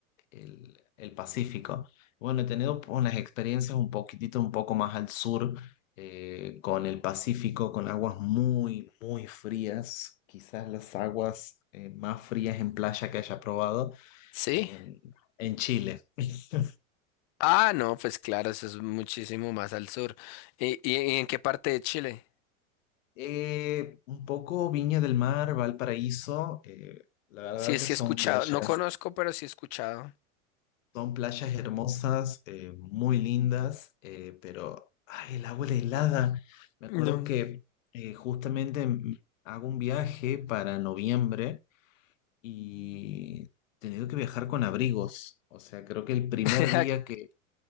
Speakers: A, on the left; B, on the left.
A: el, el Pacífico. Bueno, he tenido unas experiencias un poquitito, un poco más al sur, eh, con el Pacífico, con aguas muy, muy frías, quizás las aguas eh, más frías en playa que haya probado
B: sí.
A: en, en Chile. <laughs>
B: Ah, no, pues claro, eso es muchísimo más al sur. ¿Y, y y en qué parte de Chile?
A: Eh, un poco Viña del Mar, Valparaíso, eh, la verdad
B: Sí,
A: que
B: sí
A: son
B: he escuchado.
A: playas,
B: No conozco, pero sí he escuchado.
A: son playas hermosas, eh, muy lindas, eh, pero ay, el agua era helada. Me acuerdo
B: No.
A: que eh, justamente mm, hago un viaje para noviembre y he tenido que viajar con abrigos. O sea, creo que el primer
B: <laughs>
A: día que